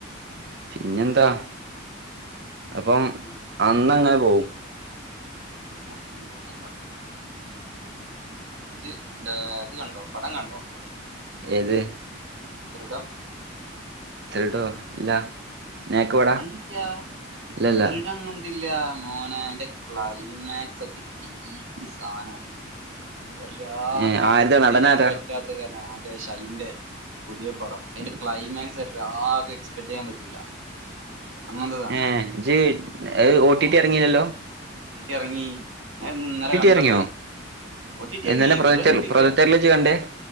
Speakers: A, on the right; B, on the right.
A: പിന്നെന്താ അപ്പം
B: ഉം.
A: അന്നങ്ങ പോം
B: <unintelligible> ജ്ജ് ദാ ത് കണ്ടോ പടം കണ്ടോ
A: ഏത്
B: ദൃടം
A: ദൃടൊ ഇല്ല നേക്കുവട
B: കണ്ടില്ല്യാ
A: ഇല്ലല്ല
B: ദൃഡം വന്ത് ല്ലാ മോനേ അയ്ന്റെ ക്ലൈമാക്സ്റ്റ് അറ്റ് പീക്ക് സാനാണ്. ഒരാക്കും
A: ഏ
B: എക്സ്പെക്ട്
A: ആരുടെ നടനാരാ
B: ചെയ്യാൻ പറ്റാത്തത് <unintelligible> ദേ ഷൈന്റെ പുതിയ പടം. അയിന്റെ ക്ലൈമാക്സ് ഒരാക്കും എക്സ്പെക്ട് ചെയ്യാൻ പറ്റൂല. അങ്ങനത്തെ സാനം
A: ഏഹ് ജ് അഅ്
B: ആഹ്
A: ഓ ടി ടി എറങ്ങീലല്ലോ?
B: ഒ ടി ടി എറങ്ങീ ഞാൻ ഇ ഇന്നലെ കണ്ടല്ലേ.
A: ഇറങ്ങിയോ
B: ഒ ടി ടി എറങ്ങി.
A: ഇന്നലെ പ്രൊജക്ടർ
B: ദൃഢം കണ്ടില്യാ.
A: പ്രൊജക്ടറിൽ ഇജ്ജ് കണ്ടേ